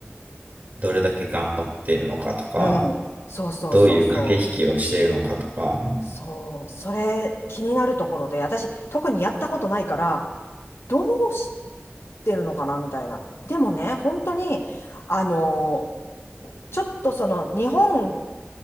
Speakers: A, on the right; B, on the left.
A: どれだけ頑張っているのかとか、
B: うん。そうそうそうそう。
A: どういう駆け引きをしているのかとか、
B: そう、それ気になるところで、私特にやったことないから、どうしてるのかなみたいな。でもね、本当に、あの、ちょっとその日本